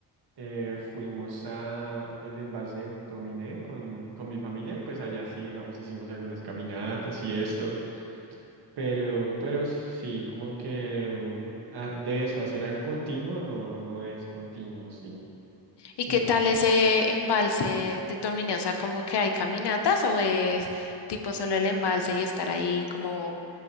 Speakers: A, on the right; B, on the left.
A: eh, fuimos a el embalse de Dominé con, con mi familia y pues allá sí, digamos, hicimos algunas caminatas y esto, pero, pero sí, como que mm, ah, de eso, hacer algo continuo no, no es continuo, sí, sí,
B: ¿Y qué
A: la
B: tal
A: verdad.
B: ese embalse de Tomine? O sea, ¿como que hay caminatas o es tipo solo el embalse y estar ahí como